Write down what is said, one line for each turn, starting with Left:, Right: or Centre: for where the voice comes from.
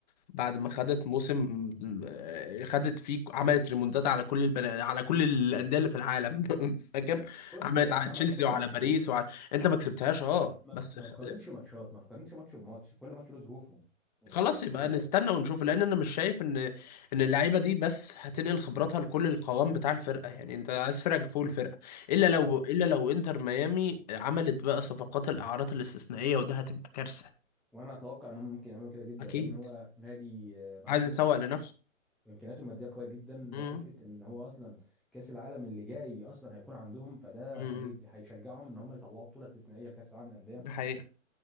Left: بعد ما خدت موسم آه، خدت فيه عملت ريمونتات على كل البنا... على كل الانديه اللي في العالم <laughs> فاكر
Centre: بص
Left: عملت
Centre: ما
Left: على تشيلسي
Centre: ما تقارنش
Left: وعلى باريس وعلى انت ما كسبتهاش اه
Centre: ما
Left: بس
Centre: ما
Left: خ...
Centre: تقارنش ماتشات ما تقارنش ماتش بماتش كل ماتش له ظروفه إيه
Left: خلاص يبقى نستنى ونشوف لان انا مش شايف ان ان اللعيبه دي بس هتنقل خبراتها لكل القوام بتاع الفرقه يعني انت عايز فرقه فوق الفرقه الا لو
Centre: صح
Left: الا لو انتر ميامي عملت بقى صفقات الاعارات الاستثنائيه وده هتبقى كارثه
Centre: وانا اتوقع انهم ممكن يعملوا كده جدا
Left: اكيد
Centre: لان هو نادي آه، معاه
Left: عايز
Centre: فلوس
Left: يسوق لنفسه
Centre: وامكانياته الماديه قويه جدا
Left: امم
Centre: فكره ان هو اصلا كاس العالم اللي جاي اصلا هيكون عندهم فده
Left: امم
Centre: هيدي هيشجعهم ان هم يطلعوا بطوله استثنائيه لكاس العالم للانديه
Left: ده حقيقه